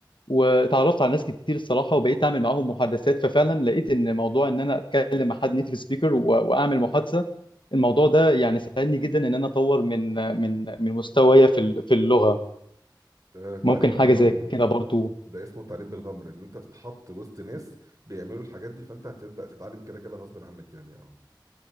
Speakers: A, on the left (about 80°); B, on the right (about 45°).
A: واتعرفت على ناس كتير الصراحه وبقيت اعمل معاهم محادثات ففعلا لقيت ان موضوع ان انا اتكلم مع حد نيتيف سبيكر واعمل محادثه الموضوع ده يعني ساعدني جدا ان انا اطور من من من مستوايا في ال- في اللغه
B: آه، تعليم
A: ممكن حاجه
B: بالغمر
A: زي كده برضو
B: ده اسمه تعليم بالغمر ان انت تتحط وسط ناس بيعملوا الحاجات دي فانت هتبدا تتعلم كده كده غصب عنك يعني اه